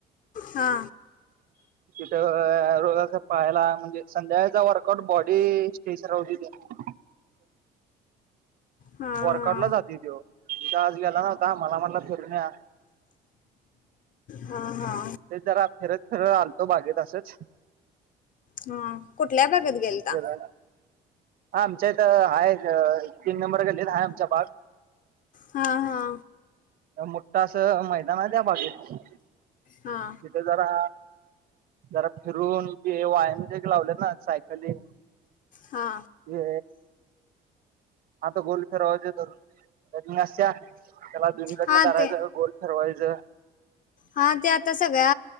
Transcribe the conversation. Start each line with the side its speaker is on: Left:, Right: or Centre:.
Left: हा
Right: तिथ रोज अस पळायला म्हणजे संध्याकाळचा वर <unintelligible> बॉडी स्टेच राहु दे <unintelligible>
Left: हा हा
Right: वर्क आउटला जातोय त्यो तिथं आज गेला नव्हता मला म्हणला फि रुण येऊया.
Left: हा हा
Right: तेच जरा फिरत फिरत आलतो बागेत असंच.
Left: हंम. कुठल्या बागेत गेलता?
Right: फिरून आमच्या इथं. आहेत. तीन नंबर गल्लीत. हाय आमच्या बाग.
Left: हा हा
Right: मोठ अस मैदाना आहे. त्या बागेत.
Left: हा.
Right: तिथे जरा, जरा फिरून ते व्यायाम जे लावलेत ना. सायकलींग
Left: हा
Right: हे हात गोल फेरावाजे धरून कनी असा. त्याला दोनीकडनं
Left: हा
Right: धरायचं.
Left: ते
Right: गोल फीरवायचं.
Left: हा ते आता सगळ्या